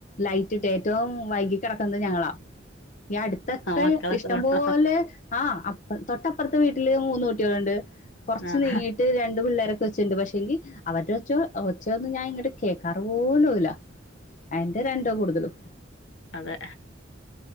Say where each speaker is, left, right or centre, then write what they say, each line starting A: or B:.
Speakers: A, on the left; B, on the left.
A: ലൈറ്റിട്ട് ഏറ്റോം വൈകി കെടക്കുന്നേ ഞങ്ങളാ ഈ അടുത്തക്കെ
B: മക്കളെ
A: ഇഷ്ടം
B: സൗണ്ട്
A: പോലെ ആഹ് അപ്പ തൊട്ടപ്പറത്തെ വീട്ടില് മൂന്ന് കുട്ടികളുണ്ട് കൊറച്ച്
B: ആ
A: നീങ്ങി ട്ട് രണ്ട് പിള്ളേരൊക്കെ വെച്ച്ണ്ട് പക്ഷെങ്കി അവര് ഉച്ച ഒച്ചൊന്നും ഞാൻ ഇങ്ങോട്ട് കേക്കാറ് പോലല്ല അയിന്റെ രണ്ടോ കൂടുതലും
B: അതെ